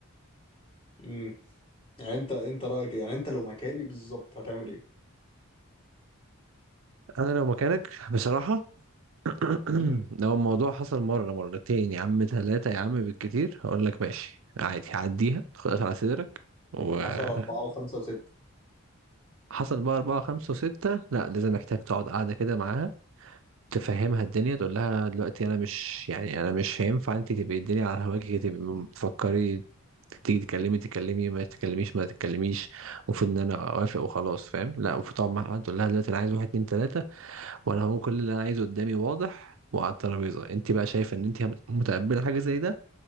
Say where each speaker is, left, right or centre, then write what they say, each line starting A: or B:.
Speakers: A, on the left; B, on the right.
A: فاهم يعني انت انت رايك ايه يعني انت لو مكاني بالظبط هتعمل ايه
B: انا لو مكانك بصراحه <clears throat>
A: مم.
B: لو الموضوع حصل مره مرتين يا عم ثلاثه يا عم بالكتير هقول لك ماشي عادي عديها خلاص على صدرك وحصل
A: حصل اربعة وخمسة وستة
B: بقى أربعة خمسة وستة لا لازم محتاج تقعد قاعدة كده معاها تفهمها الدنيا تقول لها دلوقتي أنا مش يعني أنا مش هينفع أنت تبقي الدنيا على هواكي تبقي تفكري تيجي تكلمي تكلمي ما تتكلميش ما تتكلميش المفروض إن أنا أوافق وخلاص فاهم لا المفروض تقعد معاها تقول لها دلوقتي أنا عايز واحد اتنين تلاتة وانا هو كل اللي انا عايزه قدامي واضح وعلى الترابيزه انت بقى شايفه ان انت متقبله حاجه زي ده